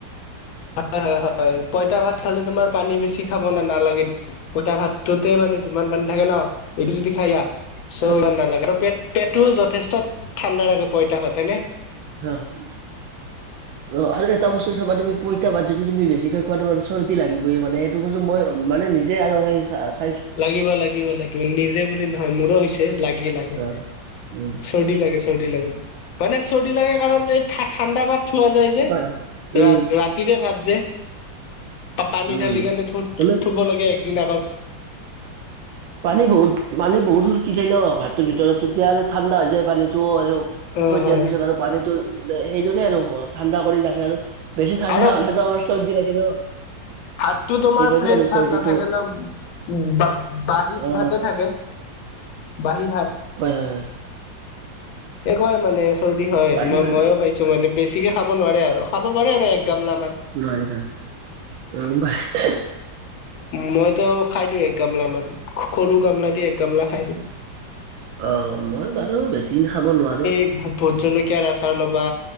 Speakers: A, on the left; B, on the right.
A: হয় হয়, পঁইতা ভাত খালে তোমাৰ পানী বেছি খাব নালাগে। পইটা ভাতটোতে মানে যিমান পানী থাকে ন এইটো যদি খাইয়া চৌ
B: আৰু
A: নালাগে ত পেট পেটটো যথেষ্ট ঠাণ্ডা লাগে পইতা ভাত হয়নে?
B: ৰহ। অ আৰু এটা বস্তু চবা তুমি পইতা ভাত যদি তুমি বেছিকৈ খোৱা তোমাৰ চৰ্দি লাগিবই মানে টো কৈছো মই মানে নিজে আৰু সেই চা চা
A: লাগিব লাগিব লাগিব নিজে বুলি নহয় মোৰো হৈছে লাগি লাগে
B: অ উম
A: চৰ্দি লাগে চৰ্দি লাগে মানে চৰ্দি লাগে কাৰণ এই ঠা ঠাণ্ডা ভাত থোৱা যায় যে,
B: বা উম
A: ৰা - ৰাতিৰে ভাত যে তা পানী
B: উম
A: ঢালি কাৰণে থ
B: মানে
A: থু থুব লাগে একদিন আগত।
B: পানী বহুত, পানী বহুত সুৰকি যায় ন ভাতটোৰ ভিতৰত তেতিয়া আৰু ঠাণ্ডা হৈ যায় পানীটো আৰু
A: অ
B: থৈ
A: হয়
B: দিয়াৰ পিছত আৰু পানীটো সেইটোৰে আৰু ঠাণ্ডা কৰি ৰাখে আৰু বেছি ঠাণ্ডা
A: আৰু
B: হলেটো আমাৰ চৰ্দি লাগে ন?
A: ভাতটো তোমাৰ
B: সেইবাবে
A: ফ্ৰেছ
B: আৰু
A: ভাত
B: চৰ্দিটো
A: নাথাকে ন, উম বা বাহী
B: অ
A: ভাতে থাকে। বাঁহি ভাত।
B: হয় হয় হয়।
A: একোৱাই মানে চৰ্দি হয়,
B: বাঢ়ি
A: ম
B: বাঢ়ি
A: ময়ো পাইছো মানে বেছিকে খাব নোৱাৰে আৰু। খাব পাৰে আৰু এক গামলামান।
B: নোৱাৰিবা, অ বাই
A: মইতো খাই দিওঁ এক গামলামান, স সৰু গামলা দি এক গামলা খাই দিওঁ।
B: অ, মই বাৰু বেছি নেখাব নোৱাৰো।
A: ভো ভোট জলকিয়াৰ আচাৰ ল'বা